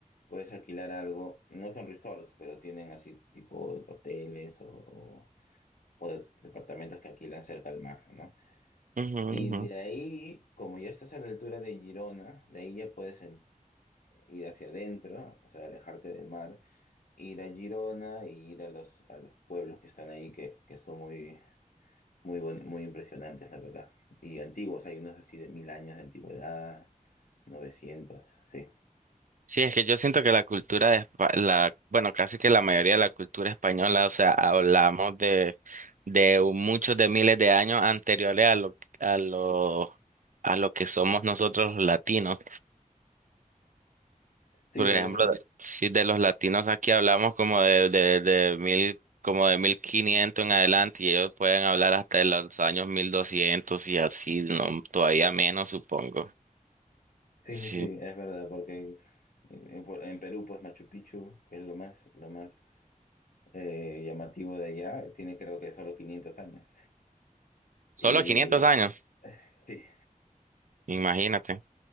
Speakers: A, on the left (about 75°); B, on the right (about 65°).
A: puedes alquilar algo. No son resorts, pero tienen así tipo hoteles o, o- o de- departamentos que alquilan cerca al mar, ¿no?
B: ujú,
A: Y
B: ujú.
A: de ahí, como ya estás a la altura de Girona, de ahí ya puedes en- ir hacia adentro, o sea, alejarte del mar ir a Girona y ir a los, a los pueblos que están ahí, que, que son muy, muy, buen- muy impresionantes, la verdad. Y antiguos, hay unos así de mil años de antigüedad, novecientos sí.
B: Sí, es que yo siento que la cultura de Espa- la, bueno, casi que la mayoría de la cultura española, o sea, hablamos de, de muchos de miles de años anteriores a lo, a lo, a lo que somos nosotros los latinos.
A: Sí,
B: Por ejemplo,
A: es verdad,
B: de- si de los latinos aquí hablamos como de, de, de mil, como de 1500 en adelante y ellos pueden hablar hasta de los años 1200 y así, no, todavía menos supongo.
A: sí,
B: Sí,
A: sí, es verdad, porque en, en Pu- en Perú, pues Machu Picchu, que es lo más, lo más eh, llamativo de allá, tiene creo que solo 500 años.
B: solo
A: Y
B: 500 años,
A: sí.
B: imagínate.